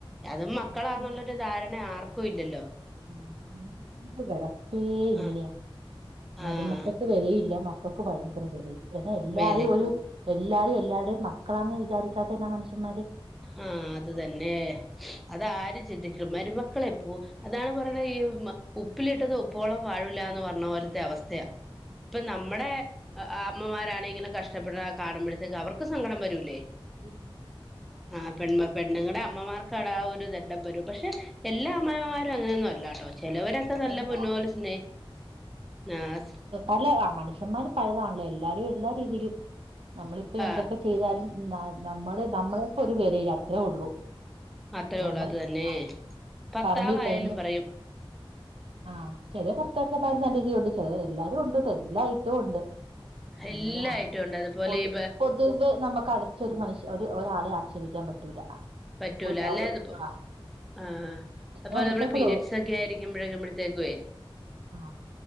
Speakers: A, in the centre; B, on the right (about 75°).
A: അതും
B: ആ
A: മക്കളാന്നുള്ളൊരു
B: അത് തന്നെയാ
A: ധാരണ ആർക്കുല്ലല്ലോ
B: <unintelligible> കിടപ്പേ ഇങ്ങനെയാ
A: ആഹ്
B: മരുമക്കൾക്ക്
A: ആഹ്
B: വെര ല്ല മക്കക്ക് ഭയങ്കര വിലെ എല്ലാരു
A: വേല്
B: ഒരു എല്ലാരും എല്ലാരുടെയും മക്കളാണെന്ന് വിചാരിച്ചാത്തന്ന മനുഷ്യന്മാര്
A: ആഹ് അത് തന്നെ അതാരും ചിന്തിക്കും മരുമക്കളെപ്പോ അതാണ് പറയുന്നത്ത് ഈ ഉപ്പിലിട്ടത് ഉപ്പോളം വാഴൂല്ലന്ന് പറഞ്ഞപോലത്തെ അവസ്ഥയാ.
B: ആഹ്
A: പ്പൊ
B: അതന്നെ.
A: നമ്മുടെ അമ്മമാരാണെങ്കിലെ കഷ്ടപ്പെടുന്ന കാണുമ്പോഴത്തേക്ക് അവർക്ക് സങ്കടം വരൂല്ലേ?
B: <inaudible>
A: ആഹ് പെൺമ പെണ്ണുങ്ങടെ അമ്മമാർക്കാട ആ ഒരു ദണ്ണം വരും പക്ഷെ എല്ലാ അമ്മയിമാരും അങ്ങനെന്നും അല്ലട്ടോ ചിലവരൊക്കെ നല്ല
B: എല്ലാ
A: പൊന്നു പോലെ സ്നേ ആഹ്
B: അല്ല മനുഷ്യന്മാര് പലതാണല്ലോ എല്ലാരും എല്ലാ രീതിയിലും നമ്മളിപ്പോ എന്തൊക്കെ
A: ആഹ്
B: ചെയ്താലും നമ്മുടെ നമ്മളൊക്കെ ഒരു വിലയില്ല അത്രഉള്ളൂ
A: അത്രേ
B: നമ്മളീ
A: ഉള്ളൂ അത് തന്നെ
B: ആഹ്
A: ഭർത്താവായാലും
B: പറമ്പികിടന്നു
A: പറയും
B: ആഹ് ചെല ഭർത്താക്കന്മാരും നല്ല രീതിയുണ്ട് ചെലത് എല്ലാരും ഉണ്ട് എല്ലാ ഐറ്റവും ഉണ്ട് ഇങ്ങനെങ്ങനെ
A: എല്ലാ ഐറ്റം ഉണ്ട് അതുപോലെ
B: പോട്ട്പോട്ട്
A: ഈ
B: <unintelligible> നമുക്ക് അടച്ചൊരു മനുഷ്യ ഒരാളെ ആക്ഷേപിക്കാൻ പറ്റൂല.
A: പറ്റൂല
B: ഒരു
A: അല്ല ത്പ്പോ
B: ആഹ്
A: ആഹ്
B: പിന്നെ
A: അപ്പോ
B: ഓരോരുത്തർക്കും
A: ഒരു നമ്മെള് പീരയഡ്സക്കെ ആയിരി <unintelligible>
B: ആഹ്